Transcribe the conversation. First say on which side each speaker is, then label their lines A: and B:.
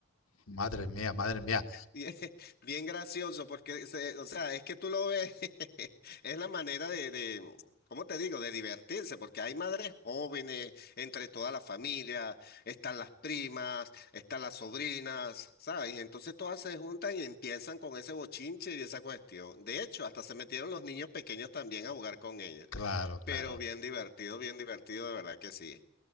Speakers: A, on the left; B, on the left.
A: Madre mía, madre mía.
B: Bien, <laughs> bien gracioso, porque, se- o sea, es que tú lo ves, <laughs> es la manera de, de, ¿cómo te digo?, de divertirse, porque hay madres jóvenes entre toda la familia, están las primas, están las sobrinas, ¿sabes? Y entonces todas se juntan y empiezan con ese bochinche y esa cuestión. De hecho, hasta se metieron los niños pequeños también a jugar con ellas,
A: Claro, claro.
B: pero bien divertido, bien divertido, de verdad que sí.